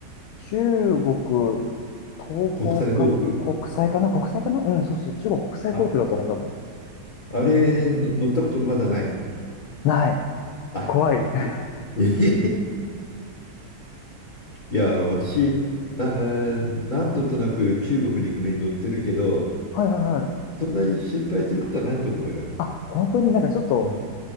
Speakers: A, on the left; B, on the left.
A: 中国東方か国際かな国際かなうん、
B: 国際航空
A: そうそう、中国国際航空だと思う、
B: あ、
A: 多分。
B: あれの乗ったことまだない。
A: ない。
B: あ、
A: 怖い。
B: で、
A: <laughs>
B: <laughs> いや、私、な、えー何度となく中国に行くのに乗ってるけど、
A: はいはいはい。
B: そんなに心配することはないと思うよ。
A: あ、本当になんかちょっと、
B: うん。